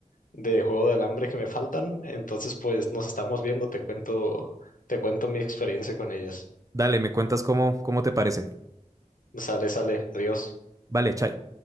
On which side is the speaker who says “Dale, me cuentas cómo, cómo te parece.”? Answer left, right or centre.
Right